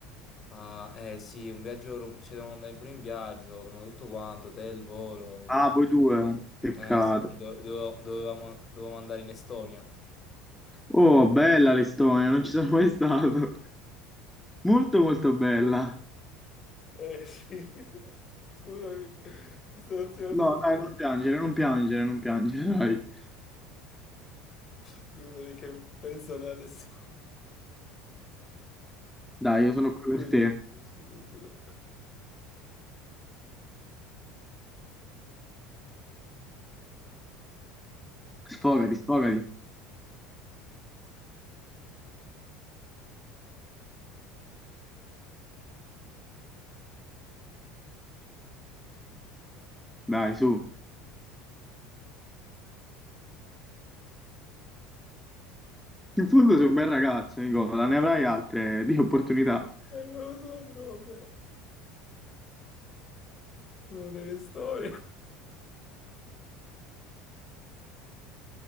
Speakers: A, on the left; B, in the centre.
A: ah, eh sì, un viaggio... rom- Cioè, devo andare pure in viaggio, ho prenotato tutto quanto, hotel, volo.
B: Ah, voi due, peccato.
A: Eh sì, do- dovevo- dovevamo, dovevamo andare in Estonia.
B: Oh, bella l'Estonia, non ci sono mai stato. Molto, molto bella.
A: Eh sì, <laughs> scusami, mi sto azionando
B: No,
A: un po'.
B: dai, non piangere, non piangere, non piangere, dai.
A: Scusami che penso ad Alessandro.
B: Dai, io sono qui
A: Scusa,
B: per te.
A: scusa, scusa.
B: Sfogati, sfogati. Dai, su. In fondo sei un bel ragazzo, Nicola, ne avrai altre di opportunità.
A: Eh, non lo so, però vabbè. Non è che storia.